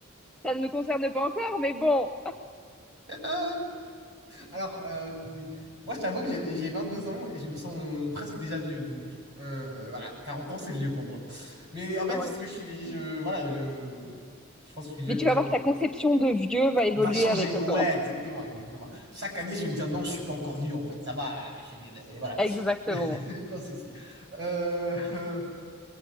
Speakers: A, in the centre; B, on the right.
A: ça ne me concerne pas encore, mais bon.
B: <laughs> Alors, euh, moi, je t'avoue que j'ai j'ai deux ans et je me sens presque déjà vieux. Donc, euh, voilà, 40 ans, c'est vieux pour moi. Mais en fait,
A: Ouais.
B: c'est ce que je suis. Je, voilà, je, je pense que je suis jeune,
A: Mais
B: c'est
A: tu
B: pour
A: vas
B: ça
A: voir,
B: que
A: ta conception de vieux va évoluer
B: va changer.
A: avec le
B: Ouais,
A: temps.
B: exactement, exactement. Chaque année, je vais me dire non, je suis pas encore vieux, en fait, ça va. euh, je- Et voilà.
A: <laughs> Exactement.
B: <laughs> Je pense aussi. Euh, euh,